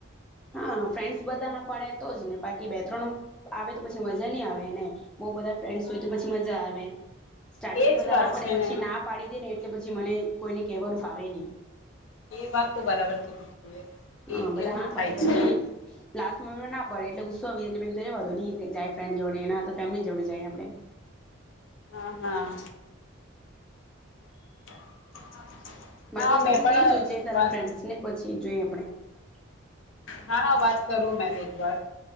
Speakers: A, in the centre; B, on the left.
A: હા ફ્રેન્ડ્સ બધા હા પડે તો જ ને બાકી બે ત્રણ આવે તો પછી મજા ન આવેને. બઉ બધા ફ્રેન્ડ્સ
B: હા
A: હોય તો પછી
B: હા
A: મજા આવે. સ્ટાર્ટિંગ
B: એજ
A: બધા
B: વાત
A: હા પડે,
B: છે
A: પછી
B: ને
A: ના પાડી દે ને, એટલે પછી મને. કોઈને કહેવાનું ફાવે નહીં.
B: એ વાત તો બરાબર કીધી. તું એ
A: હા, બધા
B: એવું
A: હા
B: જ થાય
A: પડે પછી
B: છે
A: લાસ્ટ માં ના પાડે. કરવું પડે એટલે ગુસ્સો આવે. એટલે મેં કીધું રહેવા દો, નહીં જાય ફ્રેન્ડ જોડે. એના તો ફેમિલી જોડે જાય, આપણે.
B: હા, હા. <unintelligible> <inaudible>
A: બાકી
B: હા
A: એ બધું
B: મેં પણ
A: કઈ છે જે તારા
B: વાત
A: ફ્રેન્ડ્સ ને પછી જોઈએ, આપણે. આપણે.
B: હા હા, વાત કરું મે. વાત.